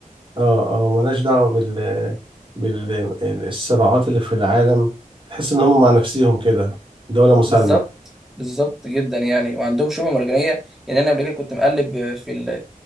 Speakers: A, on the right; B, in the centre.
A: اه اه ملهاش دعوة بال بالصراعات اللي في العالم تحس إن هم مع نفسهم كده دولة مسالمة
B: بالظبط بالظبط جدا يعني وعندهم شعبة مرجانية يعني أنا قبل كده كنت مقلب في ال